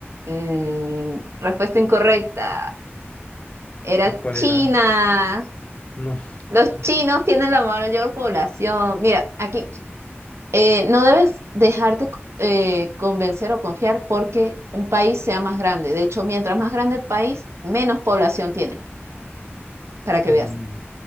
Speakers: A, on the right (about 80°); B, on the left (about 30°).
A: Mm, respuesta incorrecta. Era
B: ¿Cuál
A: China.
B: era? No.
A: Los
B: <laughs>
A: chinos tienen la mayor población. Mira, aquí eh, no debes dejarte eh, convencer o confiar porque un país sea más grande. De hecho, mientras más grande el país, menos población tiene, para
B: Mm,
A: que veas.